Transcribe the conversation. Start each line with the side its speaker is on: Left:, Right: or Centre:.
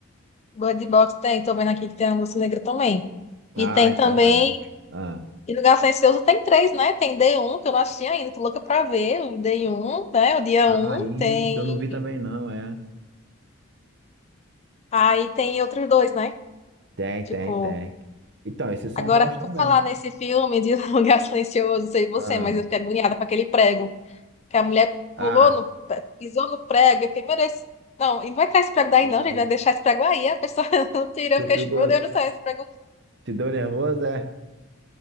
Left: Bird Box tem, tô vendo aqui que tem a Lúcia Negra também.
Right: Ah,
Left: E tem
Right: então
Left: também.
Right: é. Ah,
Left: E Lugar Silencioso tem três, né? Tem D1, que eu não assisti ainda, tô louca pra ver. O D1, né? O dia
Right: ah,
Left: 1
Right: isso
Left: tem.
Right: eu não vi também não, é.
Left: Aí tem outros dois, né?
Right: Tem,
Left: Tipo.
Right: tem, tem. Então, esses são
Left: Agora,
Right: bons também.
Left: por falar nesse filme de <laughs> Lugar Silencioso, não sei você,
Right: Ah,
Left: mas eu fiquei agoniada com aquele prego. que a mulher pulou
Right: ah.
Left: no, pisou no prego, eu fiquei, meu Deus, não, e não vai tirar esse prego daí
Right: <laughs>
Left: não, gente, vai deixar esse prego aí, a pessoa <laughs> não tira,
Right: Tu
Left: eu fiquei,
Right: ficou,
Left: tipo, meu Deus do céu, esse prego,
Right: te deu nervoso, é?